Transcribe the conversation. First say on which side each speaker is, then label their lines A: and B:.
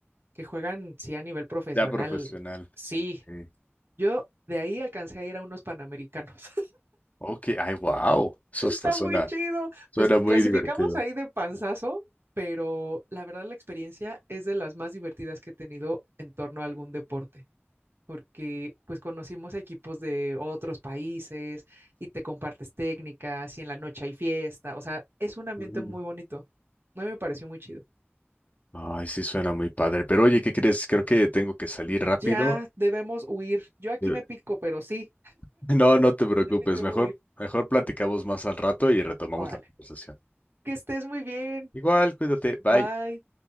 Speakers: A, on the right; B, on the left.
A: que juegan, sí, a nivel profesional.
B: Ya profesional.
A: Sí,
B: sí.
A: yo de ahí alcancé a ir a unos panamericanos.
B: Ok, ay, wow. Eso
A: Está
B: está, suena,
A: muy chido.
B: suena
A: Pues
B: muy
A: clasificamos
B: divertido.
A: ahí de panzazo, pero la verdad la experiencia es de las más divertidas que he tenido en torno a algún deporte, porque pues conocimos a equipos de otros países y te compartes técnicas y en la noche hay fiesta, o sea, es un ambiente
B: Ujú.
A: muy bonito. A mí me pareció muy chido.
B: Ay, sí suena muy padre. Pero oye, ¿qué crees? Creo que tengo que salir rápido.
A: Ya debemos huir. Yo aquí
B: Eh,
A: me pico, pero sí,
B: <laughs> No, no te preocupes.
A: también debo
B: Mejor,
A: huir.
B: mejor platicamos más al rato y retomamos
A: Órale.
B: la conversación.
A: Que estés muy bien.
B: Igual, cuídate.
A: Bye.
B: Bye.